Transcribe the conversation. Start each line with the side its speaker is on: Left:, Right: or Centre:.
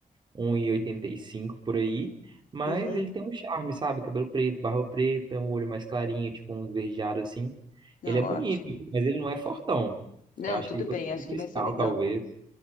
Right: um e e oitenta e cinco por aí, mas
Left: Uhum.
Right: ele tem um charme, sabe? Cabelo preto, barba preta, um olho mais clarinho, tipo um esverdeado assim.
Left: Não,
Right: Ele é bonito,
Left: ótimo.
Right: mas ele não é fortão.
Left: Não,
Right: Eu acho
Left: tudo
Right: que ele pode
Left: bem,
Right: ser
Left: acho
Right: cristal,
Left: que vai ser legal.
Right: talvez.